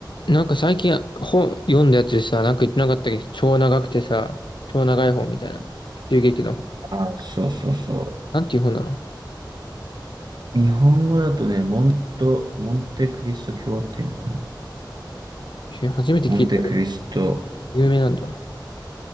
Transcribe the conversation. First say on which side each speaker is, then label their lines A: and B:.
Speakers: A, on the left (about 75°); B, on the right (about 60°).
A: なんか最近本読んだやつでさ、なんか言ってなかったっけど、超長くてさ、超長い本みたいな。中劇の本。
B: あ、そうそうそ
A: なんていう本なの
B: う。日本語だとね、モント、モンテクリスト教っていうのかな。
A: え初めて聞いたけど、
B: モンテクリスト、
A: 有名なんだ。